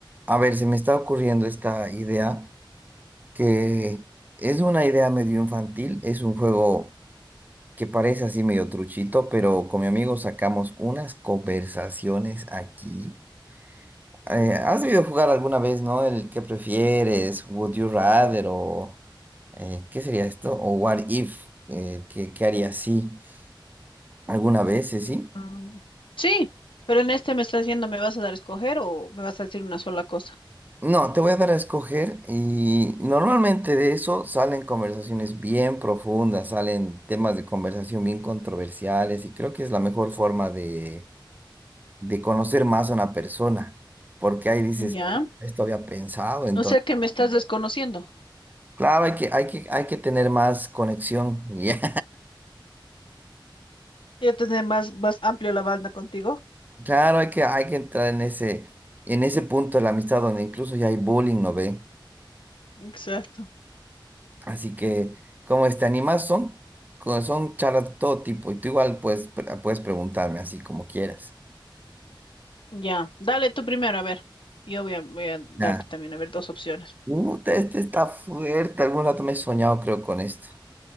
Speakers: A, on the right; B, on the left.
A: A ver, se me está ocurriendo esta idea que es una idea medio infantil, es un juego que parece así medio truchito, pero con mi amigo sacamos unas conversaciones aquí. Eh, ¿has debido jugar alguna vez, no? El que prefieres, Would You Rather o eh, ¿qué sería esto? O What If, eh, ¿qué, qué harías si? ¿Alguna vez, eh, sí?
B: Ah, Sí, pero en este me estás diciendo, ¿me vas a dar a escoger o me vas a decir una sola cosa?
A: No, te voy a dar a escoger y normalmente de eso salen conversaciones bien profundas, salen temas de conversación bien controversiales y creo que es la mejor forma de, de conocer más a una persona, porque ahí dices,
B: Ya.
A: "Uh, esto había pensado, entonces,
B: O sea que me estás desconociendo.
A: claro, hay que, hay que, hay que tener más conexión, <laughs> ya.
B: Ya tener más, más amplio la banda contigo.
A: Claro, hay que, hay que entrar en ese, en ese punto de la amistad donde incluso ya hay bullying, ¿no ve?
B: Exacto.
A: Así que, como este, animas son, co- son charlas de todo tipo y tú igual puedes, pre- puedes preguntarme así como quieras.
B: Ya. Dale tú primero, a ver. Yo voy a, voy a darte
A: Nada.
B: también, a ver, dos opciones.
A: Uh, este está fuerte. Algún rato me he soñado, creo, con esto.